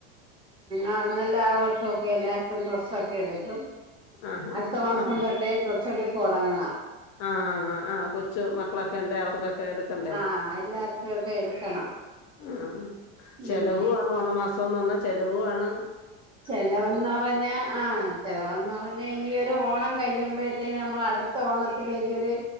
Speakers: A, on the right (about 15°); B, on the left (about 50°).
A: ആഹ ഉ നല്ല ആഘോഷൊക്കെ എല്ലാർക്കും ഡ്രസ്സൊക്കെ എടുക്കും
B: ആഹാഹാ.
A: അട്ത്ത മാസം
B: ആ
A: തൊട്ടേ ഡ്രെസ്സെടുത്ത് തുടങ്ങണം
B: അഹ ആഹ് ആഹ കൊച്ചു മക്കളൊക്കെ ഉണ്ട് അവർക്കൊക്കെ എടു ക്കണ്ടേ
A: ആഹ് എല്ലാർക്കും ഒക്കെ എടുക്കണം
B: ഉം ചെലവു
A: ഉം
B: ഓണ മാസോന്ന് പറഞ്ഞ ചെലവുആണ്
A: ചെലവന്നറഞ്ഞ ആ ചെലവന്ന
B: ആഹ്
A: പറഞ്ഞ ഈ ഒരു ഓണം കഴിയുമ്പോഴത്തേന് നമ്മൾടുത് ത്ത ഓണത്തിലേക്ക്